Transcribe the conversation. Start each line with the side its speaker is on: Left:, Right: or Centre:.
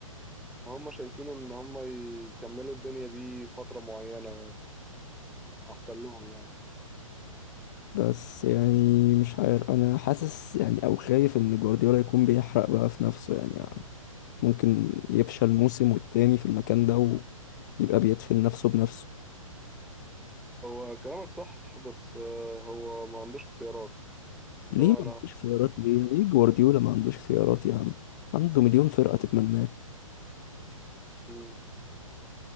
Centre: فهم شايفين إن هم يكملوا الدنيا بيه فترة معينة أحسن لهم يعني
Left: بس يعني مش عارف انا حاسس يعني او خايف ان جوارديولا يكون بيحرق بقى في نفسه يعني ممكن يفشل موسم والتاني في المكان ده ويبقى بيدفن نفسه بنفسه
Centre: هو كلامك صح بس آه، هو ما عندوش اختيارات
Left: ليه
Centre: اللي هو
Left: ما عندوش خيارات ليه ليه جوارديولا ما عندوش خيارات يا عم عنده مليون فرقة تتمناه
Centre: أنا